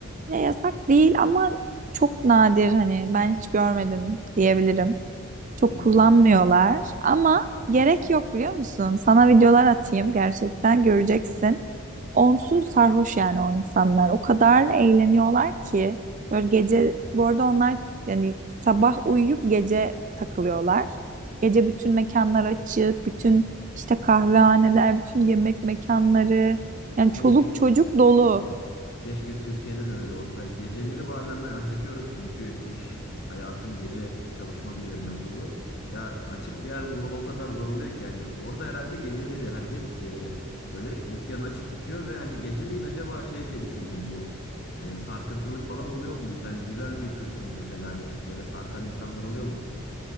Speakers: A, on the right (about 35°); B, on the left (about 50°).
A: ya yasak değil ama çok nadir hani ben hiç görmedim diyebilirim. Çok
B: Eyvah
A: kullanmıyorlar
B: eyvah.
A: ama gerek yok biliyor musun? Sana videolar atayım gerçekten göreceksin. Onsuz sarhoş yani o insanlar. O kadar eğleniyorlar ki böyle gece bu arada onlar yani sabah uyuyup gece takılıyorlar. Gece bütün mekanlar açık, bütün işte kahvehaneler, bütün yemek mekanları
B: Ya
A: yani
B: keşke
A: çoluk
B: t-
A: çocuk dolu.
B: Keşke Türkiye'de de öyle olsa. Geceleri bazen ben acıkıyorum çünkü iş hayatım gece çalışmak üzerine kurulu. Ya açık bir yer bulmak o kadar zor oluyor ki yani orada herhalde geceleri herkes e, böyle dükkanı açık tutuyor ve hani geceleyin acaba şey diye düşündüm bu e, sarkıntılık falan oluyor mu? Sen güzel bir kızsın mesela hani böyle sarkan insanlar oluyor mu?